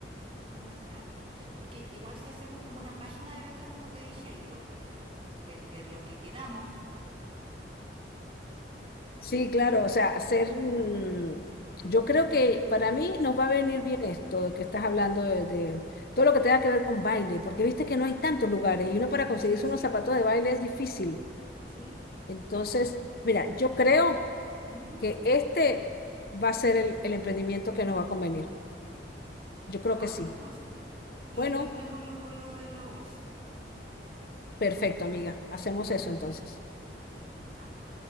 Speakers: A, on the right; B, on the left.
A: como mezclarlo. Porque igual si hacemos como una página de venta, como te dije, ahí podemos, pero vender lo que queramos.
B: Sí, claro, o sea, hacer, mm, yo creo que para mí nos va a venir bien esto que estás hablando de, de todo lo que tenga que ver con baile, porque viste que no hay tantos lugares y uno para conseguirse
A: Sí, sí,
B: unos zapatos de baile es difícil.
A: sí.
B: Entonces, mira, yo creo
A: Ujú.
B: que este va a ser el, el emprendimiento que nos va a convenir. Yo creo
A: Hagámoslo
B: que sí.
A: entonces, po. Y
B: Bueno,
A: mezclémoslo con lo de la bolsa.
B: perfecto, amiga. Hacemos eso entonces.
A: Ya, me encanta.